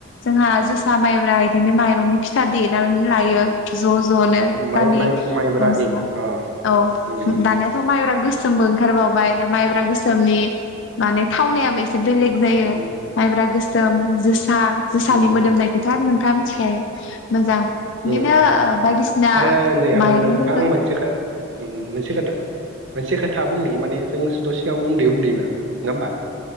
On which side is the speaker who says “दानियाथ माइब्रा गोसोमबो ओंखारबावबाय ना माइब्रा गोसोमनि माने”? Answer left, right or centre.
Left